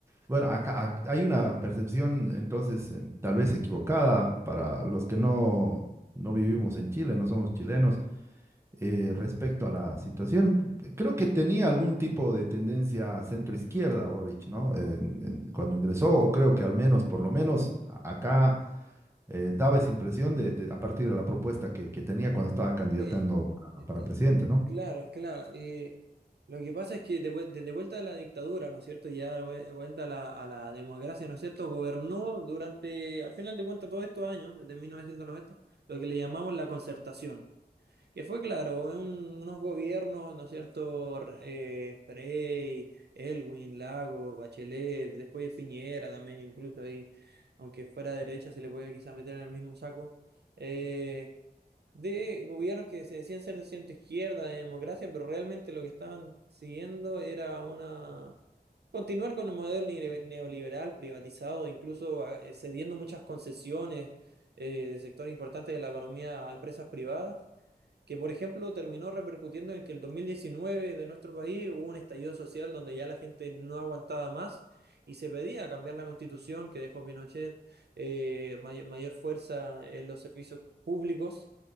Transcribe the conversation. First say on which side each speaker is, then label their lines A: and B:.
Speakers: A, on the right (about 15°); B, on the right (about 75°).
A: Bueno, acá, ac- hay una percepción entonces eh, tal vez equivocada para los que no, no vivimos en Chile, no somos chilenos, eh, respecto a la situación. P- Creo que tenía algún tipo de tendencia centro-izquierda Boric, ¿no? En- en- cuando ingresó, o creo que al menos, por lo menos a- acá eh, daba esa impresión de, de- a partir de la propuesta que, que tenía cuando estaba candidatando
B: Bien,
A: para,
B: este,
A: para presidente, ¿no?
B: claro, claro. eh, lo que pasa es que de vuel- desde vuelta a la dictadura, ¿no es cierto? Y ya vue- vuelta a la, a la democracia, ¿no es cierto? Gobernó durante, al final de cuentas, todos estos años, desde 1990, lo que le llamamos la concertación. que fue claro, en un- unos gobiernos, ¿no es cierto? R- Eh, Frey, Elwin, Lago, Bachelet, después de Piñera también, incluso ahí, aunque fuera derecha, se le puede quizá meter en el mismo saco, eh, de gobiernos que se decían ser de centro izquierda, de democracia, pero realmente lo que estaban siguiendo era una... Continuar con el modelo neo- neoliberal privatizado, incluso ah, eh, cediendo muchas concesiones eh, de sectores importantes de la economía a empresas privadas que por ejemplo terminó repercutiendo en que el 2019 de nuestro país hubo un estallido social donde ya la gente no aguantaba más y se pedía cambiar la constitución que dejó Pinochet, eh, may- mayor fuerza en los servicios públicos.